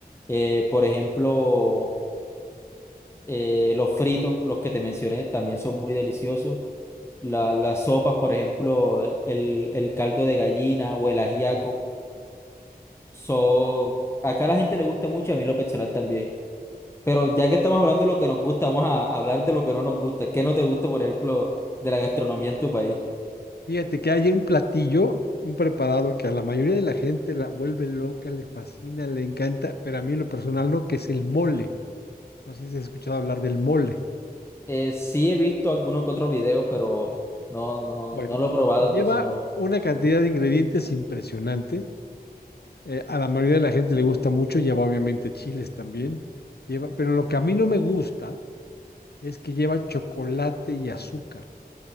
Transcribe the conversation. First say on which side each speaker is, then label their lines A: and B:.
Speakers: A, on the left; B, on the left.
A: eh, por ejemplo, eh, los fritos, los que te mencioné, también son muy deliciosos. La- las sopas, por ejemplo, el, el el caldo de gallina o el ajiaco So, acá a la gente le gusta mucho, a mí en lo personal también. Pero ya que estamos
B: Ok.
A: hablando de lo que nos gusta, vamos a hablar de lo que no nos gusta. ¿Qué no te gusta, por ejemplo, de la gastronomía en tu país?
B: Fíjate que hay un platillo, un preparado que a la mayoría de la gente la vuelve loca, le fascina, le encanta, pero a mí en lo personal no, que es el mole. No sé si has escuchado hablar del mole.
A: Eh, sí he visto algunos que otros videos, pero no, no,
B: Bueno,
A: no lo he probado,
B: lleva
A: entonces no.
B: una cantidad de ingredientes impresionante. eh, a la mayoría de la gente le gusta mucho, lleva obviamente chiles también. Lleva, pero lo que a mí no me gusta es que lleva chocolate y azúcar.